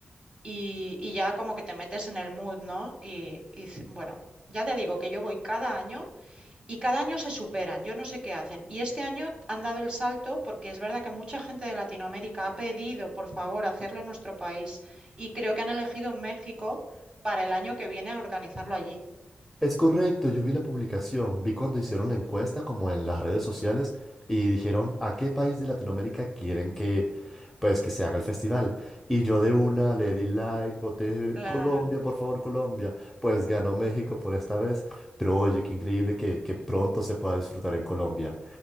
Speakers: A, on the right; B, in the centre.
A: y, y ya como que te metes en el mood, ¿no? Y, y c- bueno, ya te digo que yo voy cada año y cada año se superan, yo no sé qué hacen. Y este año han dado el salto porque es verdad que mucha gente de Latinoamérica ha pedido, por favor, hacerlo en nuestro país y creo que han elegido México para el año que viene a organizarlo allí.
B: Es correcto, yo vi la publicación, vi cuando hicieron la encuesta como en las redes sociales y dijeron a qué país de Latinoamérica quieren que pues que se haga el festival. Y yo de una le di like, voté
A: Claro.
B: Colombia, por favor, Colombia. Pues ganó México por esta vez, pero oye, qué increíble que, que pronto se pueda disfrutar en Colombia.